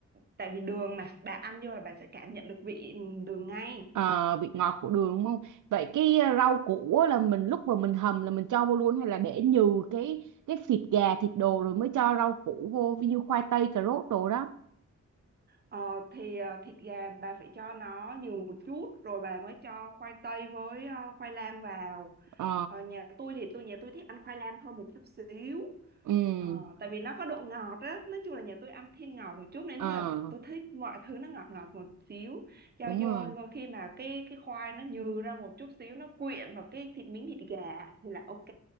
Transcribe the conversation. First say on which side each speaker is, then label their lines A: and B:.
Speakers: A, on the right (about 35°); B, on the right (about 85°).
A: tại vì đường mà bà ăn vô là bà sẽ cảm nhận được vị đường ngay
B: Ờ, vị ngọt của đường đúng không? Vậy cái ờ, rau củ á là mình lúc mà mình hầm là mình cho vô luôn hay là để nhừ cái cái thịt gà thịt đồ rồi mới cho rau củ vô ví dụ khoai tây cà rốt đồ đó.
A: ờ, thì à, thịt gà bà phải cho nó nhiều một chút rồi bà mới cho khoai tây với à, khoai lang vào
B: Ờ
A: Ờ, nhà tôi thì tôi nhà tôi thích ăn khoai lang hơn một chút xíu
B: ừ
A: Ờ, tại vì nó có độ ngọt á nói chung là nhà tôi ăn thiên ngọt một chút nên
B: ờ
A: thế là tôi thích mọi thứ nó ngọt ngọt một xíu cho
B: đúng
A: vô
B: rồi.
A: rồi khi mà cái cái khoai nó nhừ ra một chút xíu nó quyện vào cái thịt miếng thịt gà thì là ok